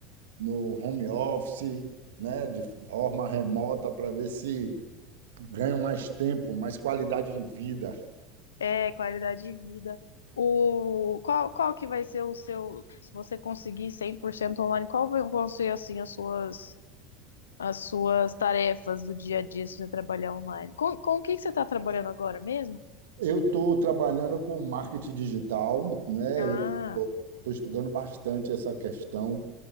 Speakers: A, on the right; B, on the left.
A: no home office, né, de forma remota, para ver se ganho mais tempo, mais qualidade de vida.
B: É, qualidade de vida. O qual, qual que vai ser o seu, se você conseguir 100% online, qual vai- vão ser assim as suas as suas tarefas do dia a dia se você trabalhar online? Com, com o que que você está trabalhando agora mesmo?
A: Eu estou trabalhando com marketing digital, né?
B: Ah,
A: Eu estou estudando bastante essa questão.